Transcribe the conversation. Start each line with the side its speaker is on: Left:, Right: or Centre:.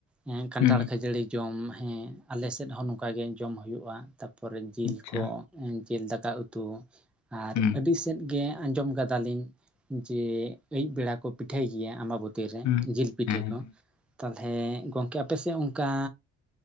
Centre: ᱦᱮ ᱠᱟᱱᱴᱷᱟᱲ
Left: ᱦᱮᱸ
Centre: ᱠᱷᱟᱹᱡᱟᱹᱲᱤ ᱡᱚᱢ ᱦᱮᱸ ᱟᱞᱮ ᱥᱮᱫ ᱦᱚᱸ ᱱᱚᱝᱠᱟ ᱜᱮ ᱡᱚᱢ ᱦᱩᱭᱩᱜᱼᱟ᱾ <unintelligible> ᱡᱤᱞ
Left: ᱟᱪᱪᱷᱟ
Centre: ᱠᱚ ᱡᱤᱞ ᱫᱟᱠᱟ ᱩᱛᱩ, ᱟᱨ
Left: ᱦᱮᱸ
Centre: ᱟᱹᱰᱤ ᱥᱮᱫ ᱜᱮ ᱟᱸᱡᱚᱢ ᱠᱟᱫᱟ ᱞᱤᱧ ᱡᱮ ᱟᱹᱭᱩᱵ ᱵᱮᱲᱟ ᱠᱚ ᱯᱤᱴᱷᱟᱹᱭ ᱜᱮᱭᱟ ᱟᱵᱟᱵᱚᱛᱤᱨ ᱨᱮ
Left: ᱦᱮᱸ
Centre: ᱡᱤᱞ ᱯᱤᱴᱷᱟᱹ
Left: ᱦᱮᱸ
Centre: ᱠᱚ᱾ ᱛᱟᱦᱞᱮ ᱜᱚᱝᱠᱮ ᱟᱯᱮ ᱥᱮᱫ ᱚᱱᱠᱟ